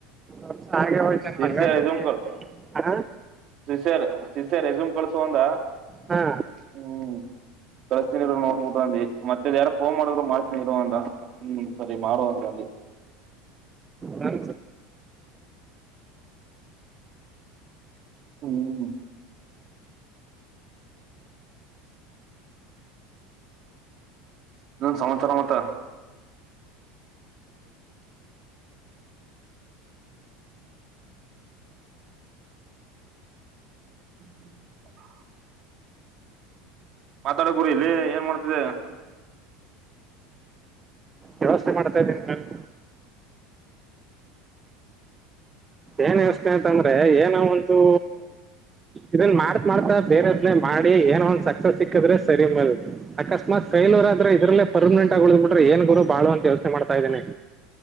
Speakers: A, on the right (about 20°); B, on the right (about 45°).
A: ವರ್ಷ ಹಾಗೆ ಹೋಯ್ತಾನ
B: ಡಿ ಸಿ
A: ಹೇಳ್ತೀನಿ
B: ಆರ್ ಇದುನ್ಕೋ
A: ಹ
B: ಜಿ ಸಿ ಆರ್. ಅ ಸಿಸ್ಯ ರೆಸ್ಯೂಮ್ ಕಳ್ಸು ಅಂದ.
A: ಹಾ.
B: ಹ್ಮ್ ಕಳ್ಸ್ತೀನಿ ಇರು ನೋಡ್ಬುಟ್ಟು ಅಂದಿ ಮತ್ತೆದ್ ಯಾರ ಫೋನ್ ಮಾಡಿದ್ರು ಮಾಡ್ತೀನಿ ಇರು ಅಂತ ಹ್ಮ್ ಸರಿ ಮಾಡು ಅಂತ ಅಂದಿ.
A: ನನ್
B: ಹ್ಮ್. ಇನೇನ್ ಸಮಾಚಾರ ಮತ್ತ. <inaudible> ಮಾತಾಡ ಗುರು ಇಲ್ಲಿ ಏನ್ ಮಾಡ್ತಿದೆ
A: ವ್ಯವಸ್ಥೆ ಮಾಡ್ತಾ ಇದ್ದೀನಿ ಮೆನ್ ಏನ್ ವ್ಯವಸ್ ಅಂತಂದ್ರೆ ಏನೋ ಒಂದೂ ಇದನ್ ಮಾಡತ್ ಮಾಡ್ತಾ ಬೇರೆದ್ನ್ನೇ ಮಾಡಿ ಏನೊಂದ್ ಸಕ್ಸಸ್ ಸಿಕ್ಕಿದ್ರೆ ಸರಿ ಮ ಅಕಸ್ಮಾತ್ ಪೆಲ್ವರ್ ಆದ್ರೆ ಇದ್ರಲ್ಲೇ ಪರ್ಮನೆಂಟ್ ಆಗಿ ಉಳ್ ಬಿಿಟ್ರೆ ಏನ್ ಗುರು ಬಾಳಂತ ಯೋಚ್ನೆ ಮಾಡತ ಇದ್ದೇನೆ